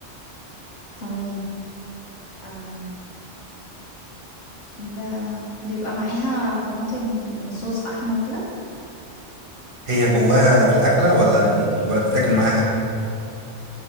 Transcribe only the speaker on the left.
تمام آم، ب... بيبقى معاها طماطم يعني صوص أحمر كده